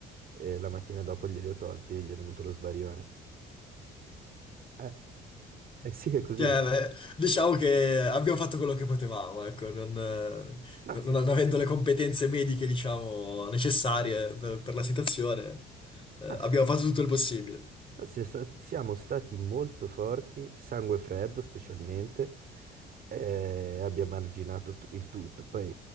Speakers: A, on the right; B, on the left.
A: E la mattina dopo glieli ho tolti e gli è venuto lo sbarione. Eh, eh sì, è così.
B: Cioè,
A: eh.
B: beh, diciamo che abbiamo fatto quello che potevamo, ecco, non, eh,
A: Ah, sì.
B: non- non avendo le competenze mediche, diciamo, necessarie per, per la situazione, eh,
A: Ah, sì.
B: abbiamo fatto tutto il possibile.
A: Ma si- sa- Siamo stati molto forti, sangue freddo specialmente, e abbiamo arginato tu- il tutto. Poi